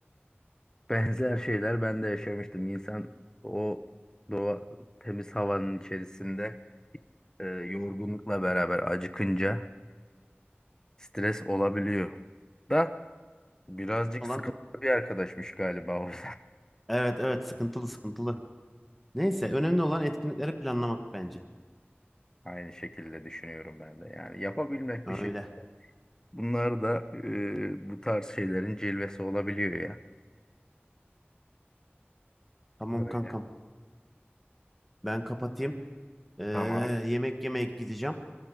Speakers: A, on the left; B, in the centre.
A: <laughs> benzer şeyler ben de yaşamıştım. İnsan o doğa, temiz havanın içerisinde e, yorgunlukla beraber acıkınca stres olabiliyor. Da Birazcık
B: Olan
A: sıkıntılı bir arkadaşmış galiba o da.
B: evet evet sıkıntılı sıkıntılı. Neyse önemli olan etkinlikleri planlamak bence.
A: <laughs> Aynı şekilde düşünüyorum ben de. Yani yapabilmek
B: Öyle.
A: bir şey. Bunlar da e, bu tarz şeylerin cilvesi olabiliyor ya.
B: Tamam
A: Öyle.
B: kankam. Ben kapatayım. Ee,
A: Tamam.
B: yemek yemeye gideceğim.